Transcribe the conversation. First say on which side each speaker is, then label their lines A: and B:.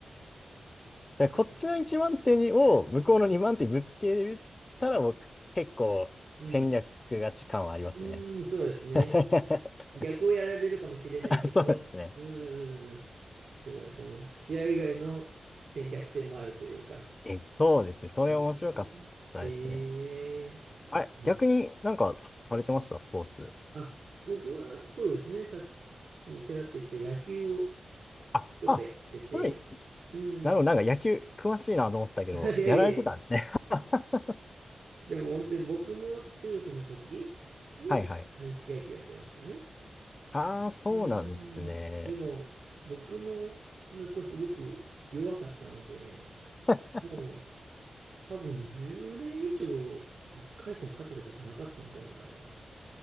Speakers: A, on the left (about 35°); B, on the right (about 70°).
A: だからこっちの1番手にを向こうの2番手にぶつけれたら、
B: だから、
A: 僕、結構戦略勝ち感はありますね。
B: うん。うーん、そうですね。
A: <laughs>
B: 逆をやられるかもしれないけど、
A: あ、そうですね。
B: うんうんうんうん。すごい、その、試合以外の戦略性もあるというか。
A: え、そうですね。それ面白かったですね。
B: うん。へえ。
A: あれ、
B: うん
A: 逆になんかされてましたスポーツ。
B: あ、僕はそうですね。さっきもちらっと言った野球を
A: あ、
B: ちょっとやってて、
A: あ、はい。
B: うん。
A: なるほど。なんか野球詳しいなと思ったけど、
B: <laughs> いやいやいや。
A: やられてたんですね。<laughs>
B: でも本当に僕も中学の時に軟式野球やってましたね。
A: はいはい。ああ、そうなんですね。
B: うーん、でも、僕の学校はすごく弱かったので、
A: <laughs>
B: もう多分10年以上1回戦勝てたことなかったんじゃないかな。